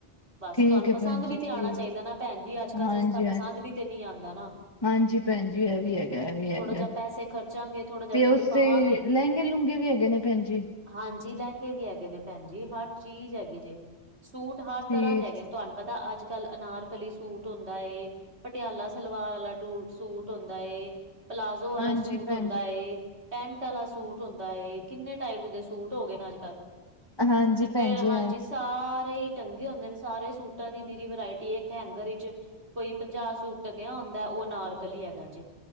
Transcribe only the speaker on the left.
ਠੀਕ
ਹੈ
ਭੈਣ ਜੀ
ਠੀਕ
ਹਾਂਜੀ
ਹਾਂਜੀ
ਹਾਂਜੀ, ਭੈਣਜੀ ਇਹ ਵੀ ਹੈਗਾ ਇਹ ਵੀ ਹੈਗਾ
ਤੇ ਉਹ
ਸੇ
ਲਹਿੰਗੇ-ਲੂੰਹਗੇ ਵੀ ਹੈਗੇ ਨੇ ਭੈਣ ਜੀ?
ਠੀਕ
ਹਾਂਜੀ
ਭੈਣ
ਜੀ
ਹਾਂਜੀ
ਭੈਣ
ਜੀ